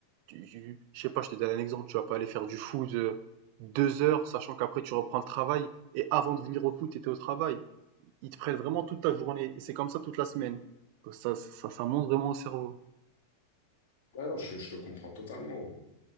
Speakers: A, on the right; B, on the left.
A: tu, je sais pas, je te donne un exemple, tu vas pas aller faire du foot euh, deux heures, sachant qu'après tu reprends le travail, et avant de venir au foot, tu étais au travail. Ils te prennent vraiment toute ta journée, et c'est comme ça toute la semaine. Donc ça, ça, ça monte vraiment au cerveau.
B: Ah non, je, je te comprends totalement, gros.